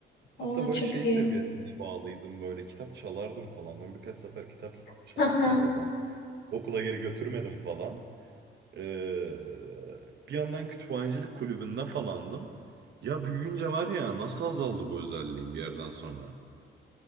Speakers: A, on the right; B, on the left.
A: Hatta
B: Aa,
A: böyle
B: çok
A: şey
B: iyi.
A: seviyesinde bağlıydım böyle kitap çalardım falan. Ben birkaç sefer kitap
B: <laughs>
A: çaldım
B: Haha.
A: oradan. Okula geri götürmedim falan. Ee, bir yandan kütüphanecilik kulübünde falandım. Ya büyüyünce var ya nasıl azaldı bu özelliğim bir yerden sonra.